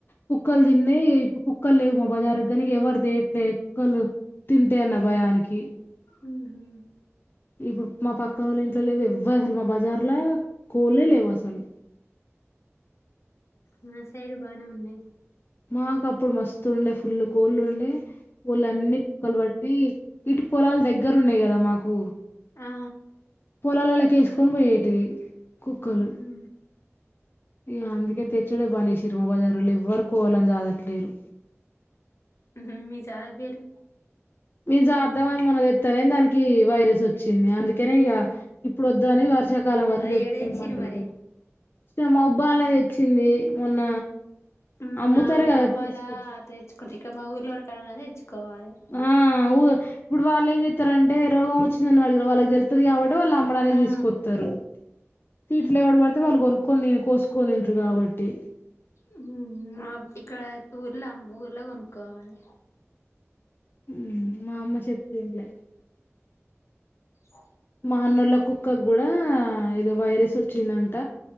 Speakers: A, on the left; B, on the left.
A: కుక్కలు తిన్నే కు కుక్కలు లేవు మా బజార్ కానీ ఎవరు తేయట్లే కుక్కలు తింటే అన్న భయానికి
B: ఉహు
A: ఇప్పుడు మా పక్కన వాళ్ళ ఇంట్లో లేవు ఇవ్వవు అసలు మా బజార్లో కోలే లేవు అసలు
B: మా సైడు బానే ఉన్నాయ్
A: మాకు అప్పుడు మస్తు ఉండే ఫుల్లు కోళ్ళు ఉండే ఒళ్లన్నీ కుక్కలు బట్టి ఇటు పొలాలు దగ్గర ఉన్నాయి కదా మాకు
B: ఆ
A: పొలలలోకియేసుకొని పోయేటివి కుక్కలు
B: ఉహు
A: ఇగ అందుకే తెచ్చుడే బంద్ చేసిరు మా బజారులో ఎవ్వరు కోళ్లని చదట్లేరు
B: ఉహు మీ సార్ పేరు
A: జాద్దాం అని మొన్న దెత్తేనే దానికి వైరస్ వచ్చింది అందుకనే ఇగ ఇప్పుడు వద్దు అని వర్ష కాలం వరకు
B: అది
A: తె
B: ఏడ
A: తెమ్మని
B: తెచ్చిర్రు
A: చెపినా
B: మరి
A: ఏ మొబ్బలన తెచ్చింది మొన్న
B: ఉమ్
A: అమ్ముతారు
B: ఆ
A: కదా
B: మొబ్బల
A: తీసుకొచ్చి
B: తెచ్చుకు ఇడా మా ఊర్లో ఒక కళ తెచ్చుకు కోవాలే
A: ఆ ఊ ఇప్పుడు వాళ్ళు ఏం చెస్తారంటే రోగం వచ్చింద వాడి వాళ్ళకి తెళ్తుంది కాబట్టి వాళ్ళు అమ్మడానికి
B: ఆ
A: తీసుకొస్తారు తిట్లులేవడ పడితే వాళ్ళు కొనుక్కొని కోసుకోని తింట్రారు కాబట్టి
B: ఉహు ఇక్కడ ఊర్లోమ్ ఊర్లో కొనుక్కోవాలే
A: ఉమ్ మా అమ్మ చెప్తే ఇన్లే
B: ఆ
A: మా అన్నోళ్ల కుక్కకు కూడా ఏదో వైరస్ వచ్చిందంట